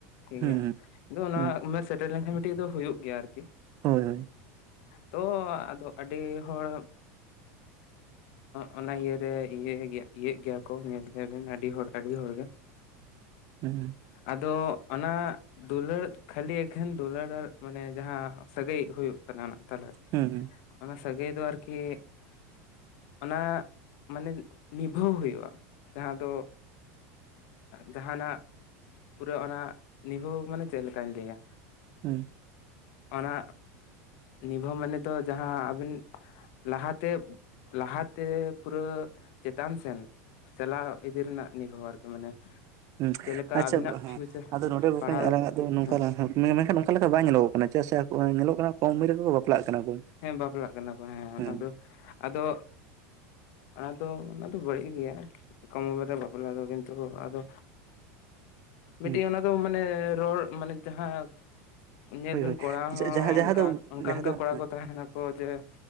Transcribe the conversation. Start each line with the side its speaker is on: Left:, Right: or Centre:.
Left: ᱴᱷᱤᱠ
Right: ᱦᱩᱸ
Left: ᱜᱮᱭᱟ ᱾ ᱟᱫᱚ ᱚᱱᱟ
Right: ᱦᱩᱸ
Left: ᱩᱢᱮᱨ ᱥᱮᱴᱮᱨ ᱞᱮᱱᱠᱷᱟᱱ ᱢᱤᱫᱴᱮᱡ ᱫᱚ ᱦᱩᱭᱩᱜ ᱜᱮᱭᱟ ᱟᱨᱠᱤ ᱾
Right: ᱦᱳᱭ ᱦᱳᱭ
Left: ᱛᱚ ᱟᱫᱚ ᱟᱹᱰᱤ ᱦᱚᱲ ᱚᱻᱚᱱᱟ ᱤᱭᱟᱹᱨᱮ ᱤᱭᱟᱹ ᱤᱭᱟᱹᱜ ᱜᱮᱭᱟ ᱠᱚ ᱧᱮᱞ ᱜᱮᱭᱟ ᱵᱤᱱ ᱟᱹᱰᱤ ᱦᱚᱲ ᱟᱹᱰᱤ ᱦᱚᱲ ᱜᱮ
Right: ᱦᱩᱸ
Left: ᱟᱫᱚ ᱚᱱᱟ ᱫᱩᱞᱟᱹᱲ ᱠᱷᱟᱹᱞᱤ ᱮᱠᱷᱮᱱ ᱫᱩᱞᱟᱹᱲ ᱢᱟᱱᱮ ᱡᱟᱦᱟᱸ ᱥᱟᱹᱜᱟᱹᱭ ᱦᱩᱭᱩᱜ ᱠᱟᱱᱟ ᱚᱱᱟ ᱛᱟᱞᱟ ᱾
Right: ᱦᱩᱸᱻᱦᱩᱸ᱾
Left: ᱚᱱᱟ ᱥᱟᱹᱜᱟᱹᱭ ᱫᱚ ᱟᱨᱠᱤ ᱚᱱᱟ ᱢᱟᱱᱮ ᱱᱤᱵᱷᱟᱹᱣ ᱦᱩᱭᱩᱜᱼᱟ ᱡᱟᱦᱟᱸ ᱫᱚ ᱡᱟᱦᱟᱸᱱᱟᱼᱜ ᱯᱩᱨᱟᱹ ᱚᱱᱟ ᱱᱤᱵᱷᱟᱹᱣ ᱢᱟᱱᱮ ᱪᱮᱫ ᱞᱮᱠᱟᱧ ᱞᱟᱹᱭᱟ
Right: ᱦᱩᱸ
Left: ᱚᱱᱟ ᱱᱤᱵᱷᱟᱹᱣ ᱢᱟᱱᱮ ᱫᱚ ᱡᱟᱦᱟᱸ ᱟᱵᱤᱱ ᱞᱟᱦᱟ ᱛᱮ ᱞᱟᱦᱟ ᱛᱮ ᱯᱩᱨᱟᱹ ᱪᱮᱛᱟᱱ ᱥᱮᱱ ᱪᱟᱞᱟᱣ ᱤᱫᱤ ᱨᱮᱱᱟᱜ ᱱᱤᱵᱷᱟᱹᱣ ᱾ ᱟᱨᱠᱤ ᱢᱟᱱᱮ
Right: ᱦᱩᱸ
Left: ᱪᱮᱫ ᱞᱮᱠᱟ
Right: ᱟᱪᱪᱷᱟ
Left: ᱟᱵᱤᱱᱟᱜ
Right: ᱦᱮᱸ
Left: ᱯᱷᱤᱭᱩᱪᱟᱨ
Right: ᱟᱫᱚ ᱱᱚᱰᱮ ᱵᱚᱠᱚᱧ
Left: ᱯᱟᱲᱦᱟᱣ
Right: ᱟᱞᱟᱝ ᱟᱜ ᱫᱚ ᱱᱚᱝᱠᱟᱱᱼᱟᱜ
Left: ᱦᱮᱸ
Right: ᱢᱮᱱᱠᱷᱟᱱ ᱚᱱᱠᱟ ᱞᱮᱠᱟ ᱵᱟᱝ ᱧᱮᱞᱚᱜᱼᱚᱜ ᱠᱟᱱᱟ ᱪᱮᱫ ᱥᱮ ᱧᱮᱞᱚᱜ ᱠᱟᱱᱟ ᱠᱚᱢ ᱩᱢᱮᱨ ᱨᱮᱜᱮ ᱠᱚ ᱵᱟᱯᱞᱟᱜ ᱠᱟᱱᱟ ᱠᱚ᱾
Left: ᱦᱮᱸ ᱵᱟᱯᱞᱟᱜ ᱠᱟᱱᱟ ᱠᱚ ᱦᱮᱸ ᱚᱱᱟ
Right: ᱦᱩᱸ
Left: ᱫᱚ ᱟᱫᱚ ᱟᱫᱚ ᱚᱱᱟᱫᱚ ᱵᱟᱹᱲᱤᱡ ᱜᱮᱭᱟ᱾ ᱠᱚᱢ ᱩᱢᱮᱨ ᱨᱮ ᱵᱟᱯᱞᱟ ᱫᱚ᱾ ᱠᱤᱱᱛᱩ ᱟᱫᱚ ᱢᱤᱫᱴᱤᱡ
Right: ᱦᱩᱸ
Left: ᱚᱱᱟ ᱫᱚ ᱢᱟᱱᱮ ᱨᱚᱲ ᱢᱟᱱᱮ ᱡᱟᱦᱟᱸ ᱧᱮᱞ
Right: ᱦᱳᱭ
Left: ᱵᱤᱱ
Right: ᱦᱳᱭ
Left: ᱠᱚᱲᱟ ᱦᱚᱸ
Right: ᱡᱟᱦᱟᱸ ᱡᱟᱦᱟᱸ
Left: ᱚᱱᱠᱟ
Right: ᱫᱚ
Left: ᱚᱱᱠᱟᱱ
Right: ᱡᱟᱦᱟᱸ
Left: ᱠᱚ
Right: ᱫᱚ
Left: ᱠᱚᱲᱟ
Right: ᱦᱮᱸ
Left: ᱠᱚ ᱛᱟᱦᱮᱸ ᱱᱟᱠᱚ ᱡᱮ